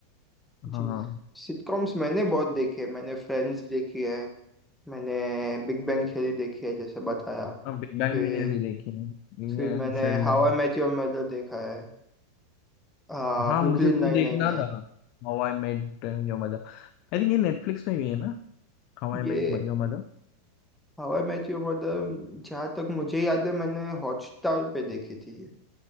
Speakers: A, in the centre; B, on the left (about 45°).
A: जी
B: हाँ
A: सिटकॉम्स मैंने बहुत देखी है मैंने फ्रेंड्स देखी है मैंने बिग बैंग थ्योरी देखी है जैसे बताया
B: हाँ बिग बैंग
A: फिर
B: मैंने भी देखी है इंडियन
A: फिर मैंने
B: शेल्डन
A: How I Met Your Mother देखा है आ,
B: हाँ
A: ब्रुकलिन
B: मुझे वो
A: नाइन
B: देखना
A: नाइन है
B: था how I met your mother I think ये नेटफ्लिक्स पे भी है ना हाउ आई
A: ये
B: मेट मरियो मदर
A: How I Met Your Mother जहाँ तक मुझे याद है मैंने हॉटस्टार पे देखी थी ये